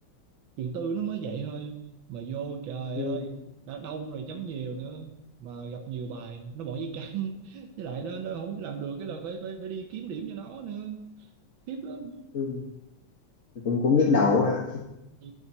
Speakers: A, on the right (about 80°); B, on the left (about 40°).
A: trường tư nó mới vậy thôi mà vô trời
B: ừ.
A: ơi đã đông rồi chấm nhiều nữa mà gặp nhiều bài nó bỏ giấy trắng <laughs> với lại nó nó không làm được cái là phải phải phải đi kiếm điểm cho nó nữa khiếp lắm
B: ừ. cũng cũng nhức đầu quá ha
A: Ừ,